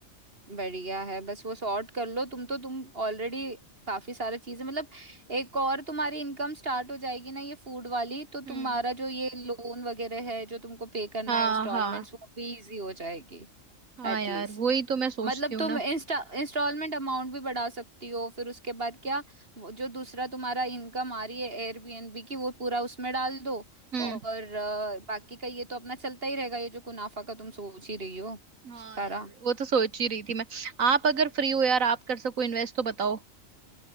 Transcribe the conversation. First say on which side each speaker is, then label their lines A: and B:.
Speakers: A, on the right (about 45°); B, on the right (about 85°).
A: बढ़िया है बस वो सॉर्ट कर लो तुम तो तुम ऑलरेडी काफी सारा चीजें मतलब एक और तुम्हारी इनकम स्टार्ट हो जाएगी ना ये फूड वाली तो
B: हम्म
A: तुम्हारा जो ये लोन वगैरह है जो तुमको पे करना
B: हाँ
A: है इंस्टॉलमेंट्स
B: हाँ
A: वो भी इजी हो जाएगी
B: हाँ
A: एटलीस्ट
B: यार वही तो मैं सोचती
A: मतलब
B: हूँ
A: तुम
B: ना
A: इंस्टा इंस्टॉलमेंट अमाउंट भी बढ़ा सकती हो फिर उसके बाद क्या वो जो दूसरा तुम्हारा इनकम आ रही है एयरबीएनबी की वो पूरा उसमें डाल दो
B: हम्म
A: और अ, बाकी का ये तो अपना चलता ही रहेगा ये जो मुनाफा का तुम सोच ही रही हो
B: हाँ
A: सारा
B: यार वो तो सोच ही रही थी मैं आप अगर फ्री हो यार आप कर सको इन्वेस्ट तो बताओ